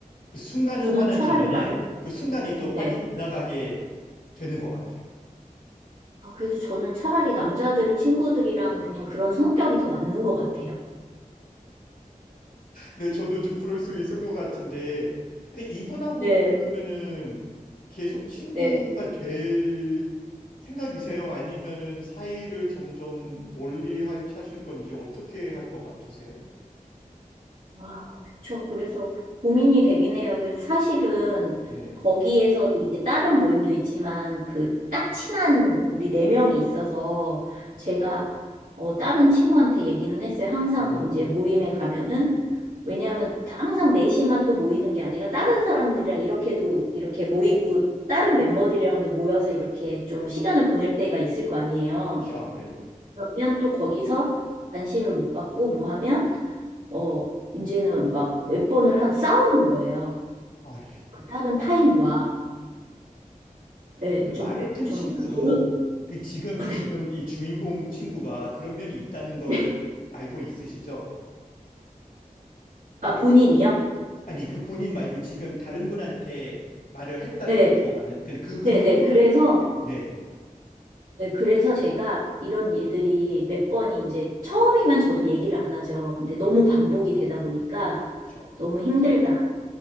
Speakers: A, on the left; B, on the right.
A: 그 순간은
B: 저는
A: 화나지만은
B: 차라리 남,
A: 그 순간이 또
B: 때
A: 빨리 지나가게 되는 것 같아요.
B: 아, 그래서 저는 차라리 남자들 친구들이랑 그냥 그런 성격이 더 맞는 것 같아요.
A: 네, 저도 좀 그럴 수 있을 것 같은데. 근데 이분하고는
B: 네,
A: 그러면은 계속 친구가
B: 네,
A: 될 생각이세요? 아니면은 사이를 점점 멀리 할- 하실 건지 어떻게 할 것 같으세요?
B: 아, 그쵸. 그래서 고민이 되긴 해요. 그래서 사실은
A: 네.
B: 거기에서도 이제 다른 모임도 있지만 그 딱 친한 우리 네 명이 있어서 제가 어, 다른 친구한테 얘기는 했어요. 항상
A: 오,
B: 이제 모임에 가면은 왜냐하면 항상 넷이만 또 모이는 게 아니라 다른 사람들이랑 이렇게도 이렇게 모이고 다른 멤버들이랑도 모여서 이렇게 좀 시간을 보낼 때가 있을 거 아니에요.
A: 그렇죠. 아무래도.
B: 그러면 또 거기서 관심을 못 받고 뭐 하면 어 이제는 막 몇 번을 한 싸우는 거예요.
A: 아휴.
B: 그 다른 타인과 예,
A: 그 말했던
B: 좀, 좀
A: 친구도
B: 버릇
A: 그 지금
B: <laughs> 네.
A: 지금 이 주인공 친구가 그런 면이 있다는 거를
B: 네.
A: 알고 있으시죠?
B: 아 본인이요?
A: 아니 그 본인 말고 지금 다른 분한테 말을 했다
B: 네,
A: 그러지 않아요? 근데 그분도
B: 네, 네. 그래서
A: 그- 네,
B: 네, 그래서 제가 이런 일들이 몇 번이 이제 처음이면 저도 얘기를 안 하죠. 근데 너무
A: 네,
B: 반복이 되다 보니까
A: 그렇죠.
B: 너무 힘들다.